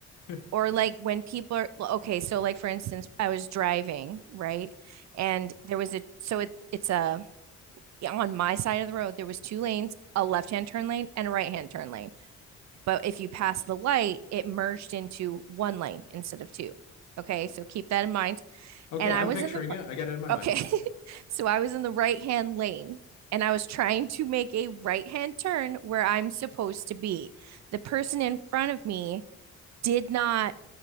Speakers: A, on the left; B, on the right.
A: <laughs>
B: Or like when people are l- okay, so like for instance, I was driving, right? And there was a so it's it's a on my side of the road there was two lanes a left-hand turn lane and a right-hand turn lane but if you pass the light it merged into one lane instead of two okay so keep that in mind
A: Okay,
B: and i
A: I'm
B: was
A: picturing
B: in the
A: it. I got it in my mind.
B: okay <laughs> so i was in the right-hand lane and i was trying to make a right-hand turn where i'm supposed to be the person in front of me did not